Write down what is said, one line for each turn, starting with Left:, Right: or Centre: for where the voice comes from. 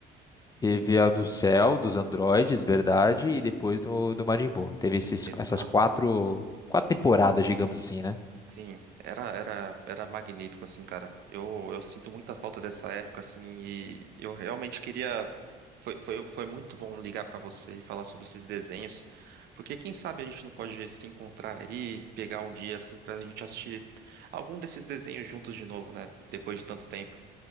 Left: Teve a do Cell, dos androides, verdade, e depois do, do Majin Buu. Teve esses,
Right: Exato.
Left: essas quatro, quatro temporadas, digamos assim, né?
Right: Sim, era, era, era magnífico, assim, cara. Eu, eu sinto muita falta dessa época, assim, e eu realmente queria. Foi, foi, foi muito bom ligar pra você e falar sobre esses desenhos, porque quem sabe a gente não pode se encontrar aí, pegar um dia, assim, pra gente assistir algum desses desenhos juntos de novo, né? Depois de tanto tempo.